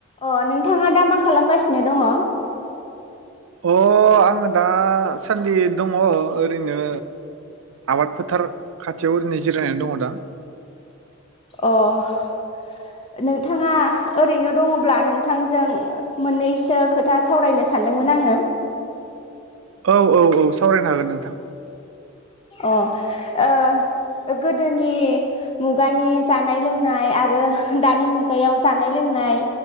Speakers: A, on the left; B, on the right.
A: अ नोंथाङा दा मा खालामगासिनो दङ।
B: अ आङो दासान्दि दङ ओरैनो आबाद फोथार खाथियाव ओरैनो जिरायनानै दङ दा।
A: अ' नोंथाङा ओरैनो दङब्ला नोंथांजों मोननैसो खोथा सावरायनो सानदोंमोन आङो।
B: औ औ औ सावरायनो हागोन नोंथां।
A: अ ओ गोदोनि मुगानि जानाय लोंनाय आरो दानि मुगायाव जानाय लोंनाय